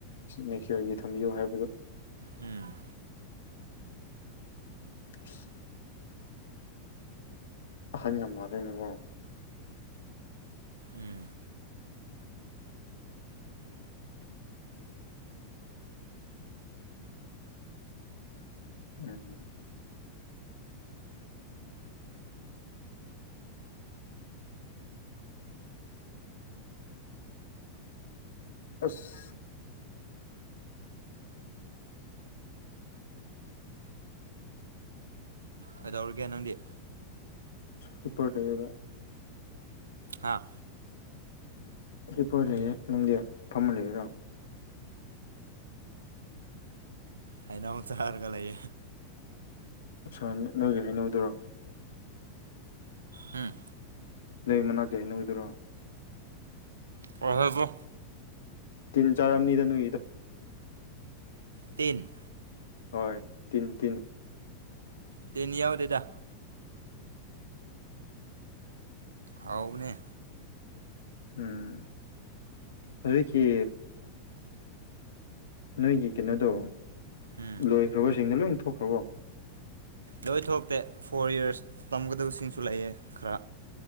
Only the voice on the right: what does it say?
ꯎꯝ
ꯎꯝ
ꯀꯩꯗꯧꯔꯒꯦ ꯅꯪꯗꯤ
ꯍꯥꯥ
ꯍꯥꯏꯅ ꯑ ꯆ ꯑꯔꯀ ꯂꯩ
ꯎꯝ
ꯑ ꯍꯗ
ꯇꯤꯟ
ꯇꯅꯤ ꯌꯥꯕꯗꯦꯗꯥ ꯑꯥꯎꯕꯅꯦ
ꯎꯝ
ꯂꯣꯏ ꯊꯣꯛꯇꯦ ꯐꯣꯔ ꯌꯔꯁ ꯇꯝꯒꯗꯕꯁꯤꯡꯁꯨ ꯂꯩꯑꯦ ꯈꯔ